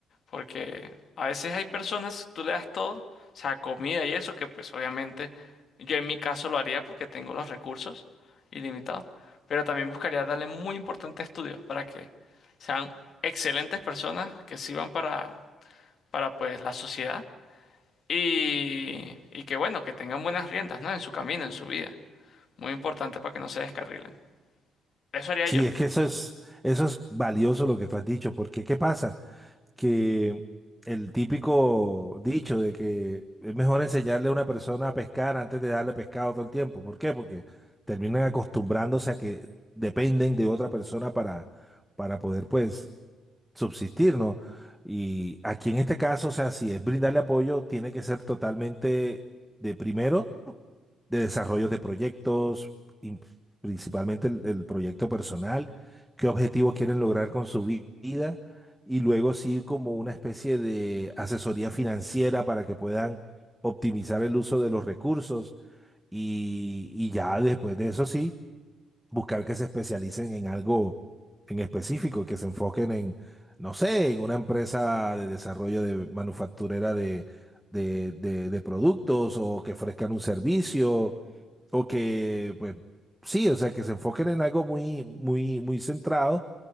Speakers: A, on the left (about 60°); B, in the centre.
A: porque a veces hay personas, tú le das todo, o sea, comida y eso, que pues obviamente yo en mi caso lo haría porque tengo los recursos ilimitados, pero también buscaría darle muy importante estudio para que sean excelentes personas que sirvan para, para pues la sociedad y, y que bueno, que tengan buenas riendas, ¿no? En su camino, en su vida. Muy importante para que no se descarrilen. Eso haría
B: Sí,
A: yo.
B: es que eso es, eso es valioso lo que tú has dicho, porque ¿qué pasa? Que el típico dicho de que es mejor enseñarle a una persona a pescar antes de darle pescado todo el tiempo. ¿Por qué? Porque terminan acostumbrándose a que dependen de otra persona para, para poder, pues, subsistir, ¿no? Y aquí en este caso, o sea, si es brindarle apoyo, tiene que ser totalmente de primero, de desarrollo de proyectos, in- principalmente el, el proyecto personal, qué objetivos quieren lograr con su vi- vida, y luego sí como una especie de asesoría financiera para que puedan optimizar el uso de los recursos, y, y ya después de eso sí buscar que se especialicen en algo en específico, que se enfoquen en, no sé, en una empresa de desarrollo de manufacturera de, de, de- de productos o que ofrezcan un servicio o que, pues, sí, o sea, que se enfoquen en algo muy, muy, muy centrado